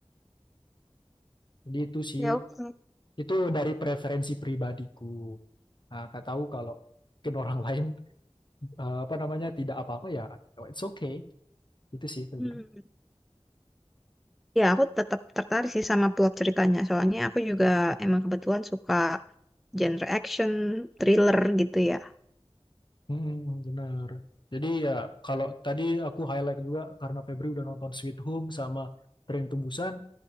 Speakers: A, on the left (about 45°); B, in the centre.
A: Jadi itu sih,
B: Ya, oke.
A: itu dari preferensi pribadiku. Nah, kak tahu kalau mungkin orang <laughs> lain eh, apa namanya tidak apa-apa ya, oh, it's okay. Itu sih Febri.
B: Hmm. Ya, aku tetap tertarik sih sama plot ceritanya. Soalnya aku juga emang kebetulan suka genre action, thriller gitu ya.
A: Mm, benar. Jadi ya kalau tadi aku highlight juga karena Febri udah nonton Sweet Home sama Tren Tembusan,